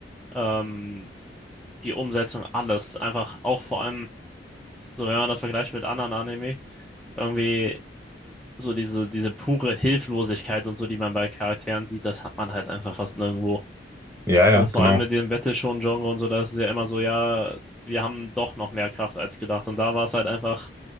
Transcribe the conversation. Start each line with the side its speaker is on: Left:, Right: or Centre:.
Centre: ähm, die Umsetzung, alles. Einfach auch vor allem, so wenn man das vergleicht mit anderen Anime, irgendwie so diese, diese pure Hilflosigkeit und so, die man bei Charakteren sieht, das hat man halt einfach fast nirgendwo.
Right: ja,
Centre: So
Right: ja,
Centre: vor
Right: genau.
Centre: allem mit dem Battle Shonen Genre und so, da ist es ja immer so, ja, wir haben doch noch mehr Kraft als gedacht. Und da war es halt einfach